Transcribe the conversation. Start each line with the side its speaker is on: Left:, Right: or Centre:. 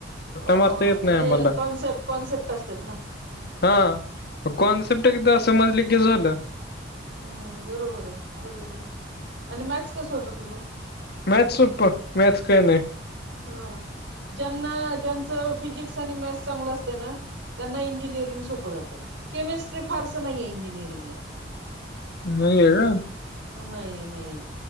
Right: अ
Left: मारता येत नाही
Right: म्हणजे
Left: आम्हाला
Right: कॉन्सेप्ट कॉन्सेप्ट असतेत ना
Left: हां कॉन्सेप्ट आहे कि समजल की झाल
Right: हम्म बरोबर आहे बरोबर आहे आणि मॅथस कस होत तुझ
Left: मॅथ सोप मॅथस काय नाही
Right: हा ज्यांना ज्यांच फिजिक्स आणि मॅथस चांगल असते ना त्यांना इंजिनिअरिंग सोप जात केमिस्ट्री फारस नाहीये इंजिनिअरिंगला
Left: नाही ये‌ का
Right: नाहीे नाही